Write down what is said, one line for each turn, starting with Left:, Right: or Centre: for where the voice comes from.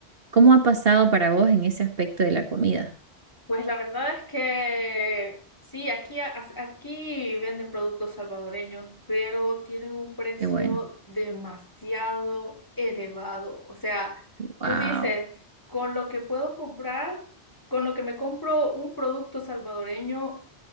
Right: ¿Cómo ha pasado para vos en ese aspecto de la comida?
Left: Pues la verdad es que sí, aquí, a- aquí venden productos salvadoreños, pero tienen un precio
Right: Qué bueno.
Left: demasiado elevado. O sea,
Right: Wow,
Left: tú dices, con lo que puedo comprar, con lo que me compro un producto salvadoreño